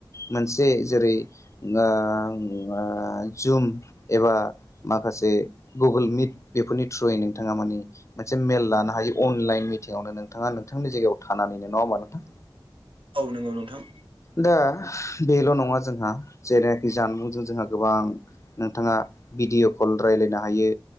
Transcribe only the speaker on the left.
मोनसे जेरै ओ ओ जुम एबा माखासे गुगोल मिट बेफोरनि थ्रुयै नोंथाङा माने मोनसे मेल लानो हायो अनलाइन मिटिंआवनो नोंथाङा नोंथांनि जायगायाव थानानैनो नङा होमबा नोंथां?
दा बेल' नङा जोंहा जेरै जानबुंजों जोंहा गोबां नोंथाङा भिडिअ' कल रायलायनो हायो